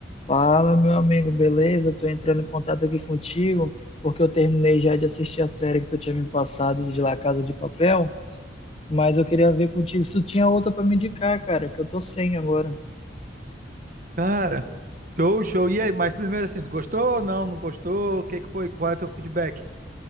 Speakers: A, on the left; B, on the right.
A: Fala, meu amigo, beleza? Tô entrando em contato aqui contigo, porque eu terminei já de assistir a série que tu tinha me passado de La Casa de Papel, mas eu queria ver contigo se tu tinha outra pra me indicar, cara, que eu tô sem agora.
B: Cara, show, show. E aí, mas primeiro assim, tu gostou ou não? Não gostou? O que que foi? Qual é o teu feedback?